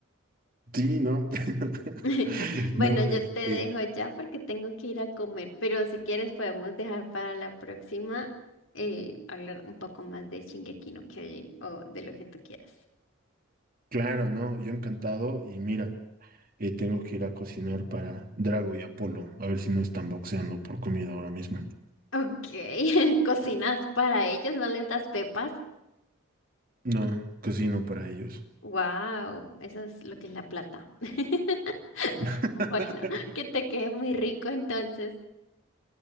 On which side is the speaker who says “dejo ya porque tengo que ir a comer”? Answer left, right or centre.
Left